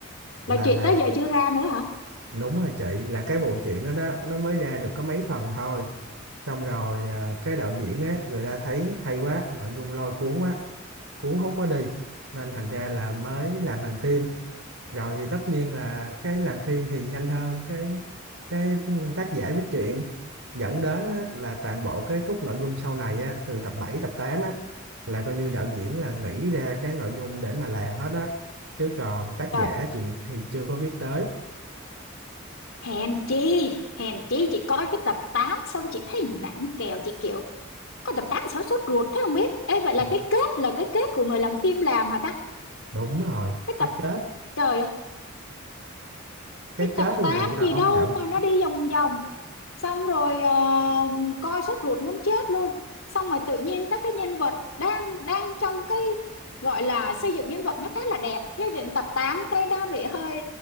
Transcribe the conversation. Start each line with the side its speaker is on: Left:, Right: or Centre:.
Left: là
Right: là
Left: chuyện
Right: là
Left: tới giờ chưa ra nữa hả?
Right: Đúng rồi chị, là cái bộ truyện đó đó nó mới ra được có mấy phần thôi. Xong rồi à, cái đạo diễn á người ta thấy hay quá, nội dung lôi cuốn quá, cuốn hút quá đi nên thành ra là mới làm thành phim. Rồi thì tất nhiên là cái làm phim thì nhanh hơn cái cái tác giả viết truyện dẫn đến á, là toàn bộ cái khúc nội dung sau này á từ tập 7 tập 8 á là coi như đạo diễn là nghĩ ra cái nội dung để mà làm hết á chứ còn tác
Left: Trời,
Right: giả chuyện thì chưa có biết tới.
Left: hèn chi, hèn chi chị coi cái tập 8 xong chị thấy nản kèo chị kiểu có tập 8 sao sốt ruột thế không biết. Ê vậy là
Right: <laughs>
Left: cái kết là cái kết của người làm phim làm hả ta?
Right: đúng rồi
Left: cái
Right: cái
Left: tập
Right: kết
Left: trời
Right: cái
Left: cái
Right: kết
Left: tập
Right: là
Left: 8
Right: do
Left: gì
Right: ông
Left: đâu
Right: đạo diễn
Left: mà nó đi vòng vòng xong rồi ờ, coi sốt ruột muốn chết luôn xong rồi tự nhiên các cái nhân vật đang đang trong cái gọi là xây dựng nhân vật nó khá là đẹp cái đến tập 8 cái nó bị hơi